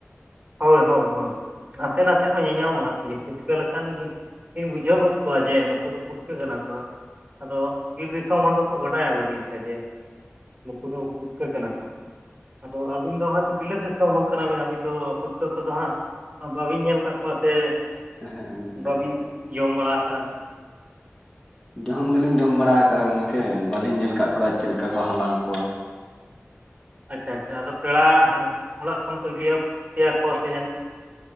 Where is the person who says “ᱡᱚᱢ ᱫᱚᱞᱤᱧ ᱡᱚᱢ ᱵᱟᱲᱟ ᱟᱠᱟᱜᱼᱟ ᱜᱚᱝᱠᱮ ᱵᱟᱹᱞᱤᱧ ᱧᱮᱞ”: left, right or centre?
Left